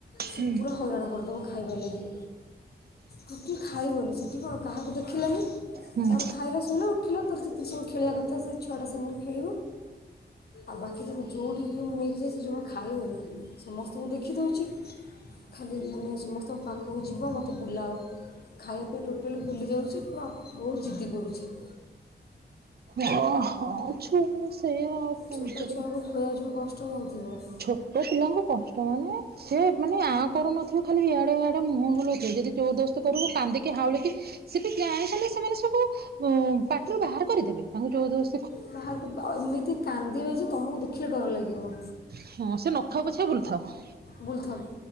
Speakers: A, on the right; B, on the left.
A: ହୁଁ
B: ସେ ପୁରା ହଇରାଣ କରିଦବ ଖାଇବା ଲାଗି। ରୁଟି ଖାଇବନି ସେଠି କଣ କାହାକୁ ଦେଖିଲାନି
A: ହୁଁ।
B: ତାର ଖାଇଲା ଶୋଇଲା ଉଠିଲା ତାର ଯେତିକି ସମୟ ଖେଳିବା କଥା ସେ ଛୁଆଟା ସାଙ୍ଗେରେ ଖେଳିବ। ଆଉ ବାକି ତାକୁ ଯୋଉଠିକି କି ନେଇକି ଯାଆ ସେ ଜମା ଖାଇବନି ସମସ୍ତଙ୍କୁ ଦେଖିଦଉଚି ଖାଲି ମାନେ ସମସ୍ତଙ୍କ ପାଖକୁ ଯିବ ମୋତେ ବୁଲାଅ। ଖାଇବା ପାଇଁ ଟୋଟାଲି ଭୁଲି ଯାଉଛି ପୁରା ବହୁତ ଜିଦି କରୁଚି।
A: ଅହ ଛୁଆରା ସେଇଆ ଆଉ କଣ
B: ଛୋଟ
A: କରିବା।
B: ଛୁଆଙ୍କୁ ଖୋଇବା ଯୋଉ କଷ୍ଟ ହଉଥିବ?
A: ଛୋଟ ପିଲାଙ୍କୁ କଷ୍ଟ ମାନେ ସେ ମାନେ ଆଁ କରୁନଥିବେ ଖାଲି ଇଆଡ଼େ ଇଆଡ଼େ ମୁହଁ ବୁଲଉଥିବେ ଯଦି ଜୋର ଜବରଦସ୍ତ କରିବୁ କାନ୍ଦିକି ହାଉଳିକି ସେ ବି ଜାଣିଶୁଣି ସେମାନେ ସବୁ ଉ ପାଟିରୁ ବାହାର କରିଦେବେ ତାଙ୍କୁ ଯୋଉ ଯୋଉ
B: ବାହାରକୁ ଏମିତି କାନ୍ଦିବେ ଯେ ତମକୁ ଦେଖିଲେ ଡର ଲାଗିବ।
A: ହଁ ସେ ନଖାଉ ପଛିକା ବୁଲୁଥାଉ।
B: ବୁଲୁଥାଉ